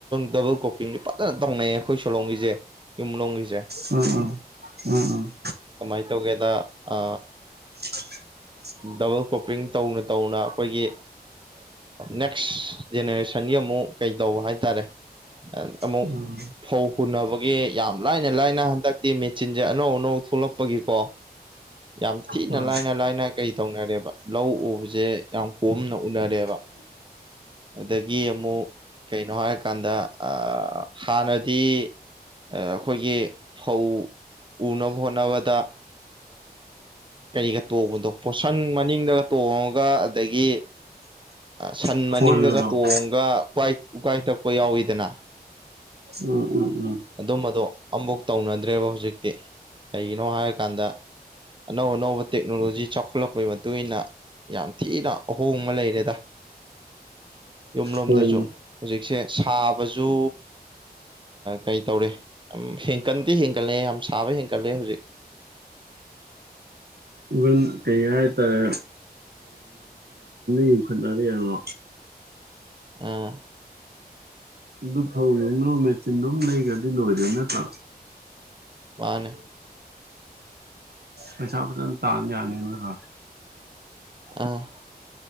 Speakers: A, on the right (about 30°); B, on the right (about 80°).
A: ꯗꯕꯜ ꯀꯣꯄꯤꯡꯁ ꯐꯖꯅ ꯇꯧꯅꯩꯌꯦ ꯑꯩꯈꯣꯏ ꯁꯣꯂꯣꯡꯒꯤꯁꯦ ꯌꯨꯝꯂꯣꯡꯒꯤꯦ
B: ꯎꯝ ꯎꯝ ꯎꯝ ꯎꯝ
A: ꯀꯃꯥꯏ ꯇꯧꯒꯦꯗ ꯑ
B: <inaudible>
A: ꯗꯕꯜ ꯀꯣꯄꯤꯡ ꯇꯧꯅ ꯇꯧꯅ ꯑꯩꯈꯣꯏꯒꯤ ꯅꯦꯛꯁ ꯖꯦꯅꯦꯔꯦꯁꯟꯒꯤ ꯑꯃꯨꯛ ꯀꯩ ꯇꯧꯕ ꯍꯥꯏꯇꯥꯔꯦ ꯑ ꯑꯃꯨ
B: ꯎꯝ ꯎꯝ
A: ꯐꯧ ꯍꯨꯟꯅꯅꯕꯒꯤ ꯌꯥꯝ ꯂꯥꯏꯅ ꯂꯥꯏꯅ ꯍꯟꯗꯛꯇꯤ ꯃꯦꯆꯤꯟꯁꯦ ꯑꯅꯧ ꯑꯅꯧ ꯊꯣꯛꯂꯛꯄꯒꯤꯀꯣ ꯌꯥꯝ ꯊꯤꯅ
B: ꯍꯣꯏ
A: ꯂꯥꯏꯅ ꯂꯥꯏꯅ ꯀꯩ ꯇꯧꯅꯔꯦꯕ ꯂꯧ ꯎꯕꯁꯦ ꯌꯥꯝ ꯀꯣꯝꯅ ꯎꯅꯔꯦꯕ
B: ꯎ
A: ꯑꯗꯒꯤ ꯑꯃꯨꯛ ꯀꯩꯅꯣ ꯍꯥꯏꯔꯀꯥꯟꯗ ꯑ ꯍꯥꯟꯅꯗꯤ ꯑꯩꯈꯣꯏꯒꯤ ꯐꯧ ꯎꯅꯕ ꯍꯣꯠꯅꯕꯗ ꯀꯔꯤꯒ ꯇꯣꯡꯕꯗꯣ ꯄꯣꯠꯁꯟ ꯃꯅꯤꯡꯗꯒ ꯇꯣꯡꯉꯒ ꯑꯗꯒꯤ ꯁꯟ
B: ꯈꯣꯏꯒꯗꯣ
A: ꯃꯅꯤꯡꯗꯒ ꯇꯣꯡꯉꯒ ꯎꯀꯥꯏ ꯇꯛꯄ ꯌꯥꯎꯋꯤꯗꯅ
B: ꯎꯝ ꯎꯝ ꯎꯝ
A: ꯑꯗꯨꯝꯕꯗꯣ ꯑꯃꯐꯧ ꯇꯧꯅꯗ꯭ꯔꯦꯕ ꯍꯧꯖꯤꯛꯇꯤ ꯀꯩꯒꯤꯅꯣ ꯍꯥꯏꯔꯀꯥꯟꯗ ꯑꯅꯧ ꯑꯅꯧꯕ ꯇꯦꯛꯅꯣꯂꯣꯖꯤ ꯆꯥꯎꯈꯠꯂꯛꯄꯒꯤ ꯃꯇꯨꯡ ꯏ ꯃꯇꯨꯡꯏꯟꯅ ꯌꯥꯝ ꯊꯤꯅ ꯑꯍꯣꯡꯕ ꯂꯩꯔꯦꯗ ꯌꯨꯝꯂꯣꯝꯗꯁꯨ
B: ꯍꯣꯏꯅꯦ
A: ꯍꯧꯖꯤꯛꯁꯦ ꯁꯥꯕꯁꯨ ꯀꯩ ꯇꯧꯔꯦ ꯍꯦꯟꯀꯟꯗꯤ ꯍꯦꯟꯒꯠꯂꯦ ꯌꯥꯝ ꯁꯥꯕ ꯍꯦꯟꯒꯠꯂꯦ ꯍꯧꯖꯤꯛ
B: ꯏꯟ ꯀꯩ ꯍꯥꯏ ꯇꯔꯦ ꯌꯨꯡꯈꯠꯅꯔꯦꯕ
A: ꯑ
B: ꯑꯗꯨ ꯐꯧꯅ ꯃꯦꯆꯤꯟꯗꯨꯝ ꯂꯩꯈ꯭ꯔꯗꯤ ꯂꯣꯏꯔꯦ ꯅꯠꯇ꯭ꯔꯥ
A: ꯃꯥꯅꯦ
B: ꯄꯩꯁꯥ ꯐꯖꯅ ꯇꯥ ꯌꯥꯅꯤ ꯑꯗꯨꯗ
A: ꯑꯥ